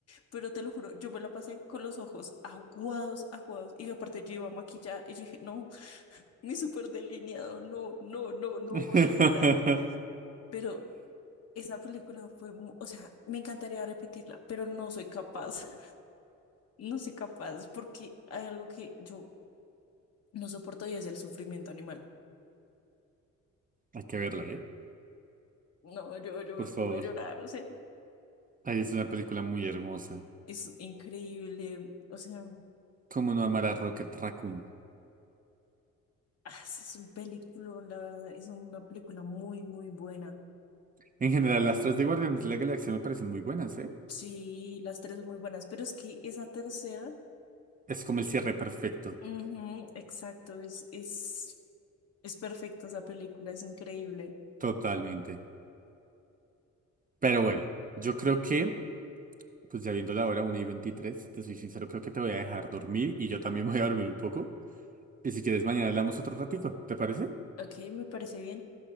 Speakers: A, on the left; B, on the right.
A: Pero te lo juro, yo me la pasé con los ojos aguados, aguados. Y aparte yo iba maquillada y yo dije, no, mi súper delineado, no, no, no, no
B: <laughs>
A: voy a llorar. Pero Esa película fue, mu- o sea, me encantaría repetirla, pero no soy capaz, <laughs> no soy capaz porque hay algo que yo no soporto y es el sufrimiento animal.
B: Hay que verla, ¿eh?
A: No, yo, yo me
B: Por favor.
A: pongo a llorar, o sea,
B: Ay, es una película muy hermosa.
A: es increíble, o sea,
B: ¿Cómo no amar a Rocket Raccoon?
A: ah, es un película, la verdad, es una película muy, muy buena.
B: En general, las tres de Guardianes de la Galaxia me parecen muy buenas, ¿eh?
A: Sí, las tres son muy buenas, pero es que esa tercera,
B: Es como el cierre perfecto.
A: ujú, exacto, es, es, es perfecta esa película, es increíble.
B: Totalmente. Pero bueno,
A: Y-
B: yo creo que, pues ya viendo la hora una y 23, te soy sincero, creo que te voy a dejar dormir y yo también voy a dormir un poco. Y si quieres, mañana hablamos otro ratito, ¿te parece?
A: Ok, me parece bien.